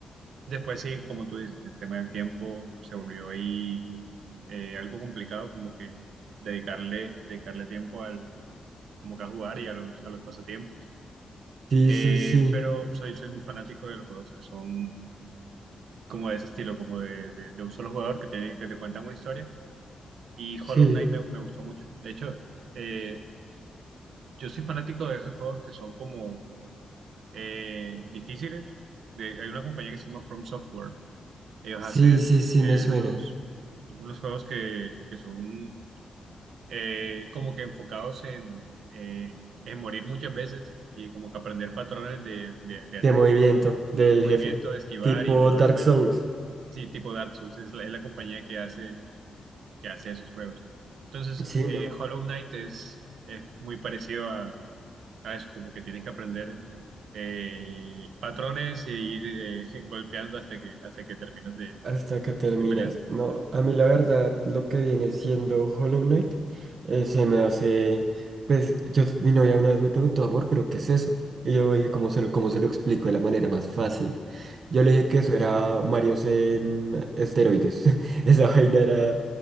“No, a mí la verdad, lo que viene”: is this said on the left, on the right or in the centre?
Right